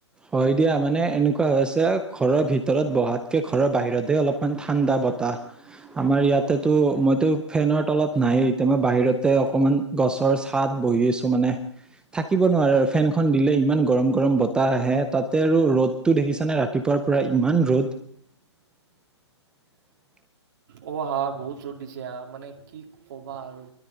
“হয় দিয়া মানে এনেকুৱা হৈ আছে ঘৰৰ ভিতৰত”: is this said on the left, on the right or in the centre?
Centre